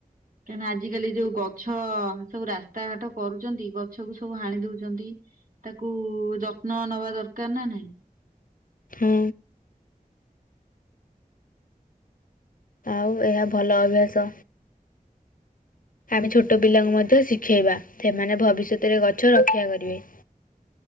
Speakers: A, on the right (about 65°); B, on the left (about 65°).
A: କାଇଁନା ଆଜିିକାଲି ଯୋଉ ଗଛ ସବୁ ରାସ୍ତାଘାଟ କରୁଚନ୍ତି ଗଛକୁ ସବୁ ହାଣି ଦଉଚନ୍ତି। ତାକୁ ଯତ୍ନ ନବା ଦରକାର୍ ନା ନାଇଁ।
B: ହୁଁ। ଆଉ ଏହା ଭଲ ଅଭ୍ୟାସ। ଆମେ ଛୋଟ
A: ହୁଁ
B: ପିଲାଙ୍କୁ ମଧ୍ୟ ଶିଖେଇବା। ସେମାନେ ଭବିଷ୍ୟତରେ ଗଛ ରକ୍ଷା କରିବେ।